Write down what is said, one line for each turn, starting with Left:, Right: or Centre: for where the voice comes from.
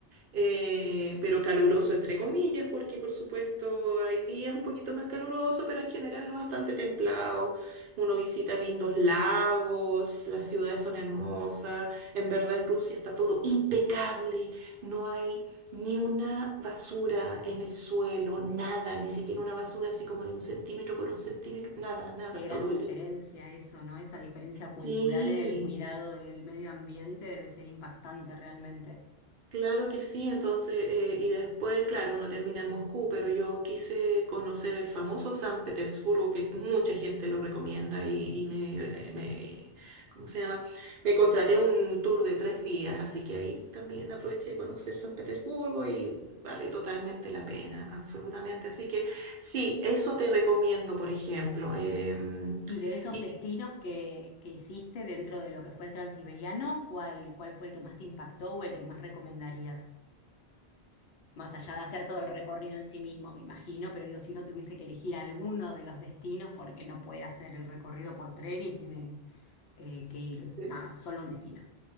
Right: eh, pero caluroso entre comillas, porque por supuesto hay días un poquito más caluroso, pero en general bastante templado. Uno visita lindos lagos, las ciudades son hermosas, en verdad en Rusia está todo impecable, no hay ni una basura en el suelo, nada, ni siquiera una basura así como de un centímetro por un centímetro, nada, nada,
Left: Qué gran
Right: todo
Left: diferencia
Right: limpio.
Left: eso, ¿no? Esa diferencia cultural
Right: Sí,
Left: en el cuidado del medio ambiente debe ser impactante realmente.
Right: Claro que sí, entonces, eh, y después, claro, uno termina en Moscú, pero yo quise conocer el famoso San Petersburgo, que mucha gente lo recomienda y, y me, me, ¿cómo se llama? Me contraté un tour de tres días, así que ahí también aproveché de conocer San Petersburgo y vale totalmente la pena, absolutamente. Así que sí, eso te recomiendo, por ejemplo. em,
Left: Y de esos
Right: y,
Left: destinos que, que hiciste dentro de lo que fue el Transiberiano, ¿cuál, cuál fue el que más te impactó o el que más recomendarías? Más allá de hacer todo el recorrido en sí mismo, me imagino, pero digo, si uno tuviese que elegir alguno de los destinos, porque no puede hacer el recorrido por tren y tiene eh, que ir,
Right: eh,
Left: nada, solo un destino.